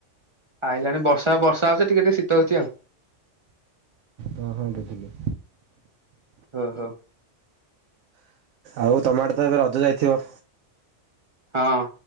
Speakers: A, on the right; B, on the right.
A: ଆଇଲାଣି ବର୍ଷା। ବର୍ଷା ହଉଛି ଟିକେ ଟିକେ ଶୀତ ହଉଛି ଆଉ।
B: ହଁ ହଁ ବୁଝିଲି।
A: ଓ ହୋ।
B: ଆଉ ତମ ଆଡେ ତ ଏବେ ରଜ ଯାଇଥିବ?
A: ହଁ।